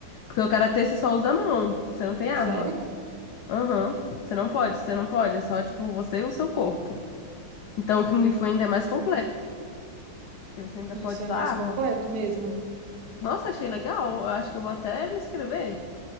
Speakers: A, on the left; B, on the right.
A: Porque o karatê você só usa a mão. Você não tem arma.
B: sério?
A: Aham. Você não pode, você não pode. É só, tipo, você e o seu corpo. Então o Kung Fu ainda é mais completo. Porque você ainda
B: Isso
A: pode
B: é
A: usar
B: mais
A: arma.
B: completo mesmo.
A: Nossa, achei legal. Eu acho que eu vou até me inscrever.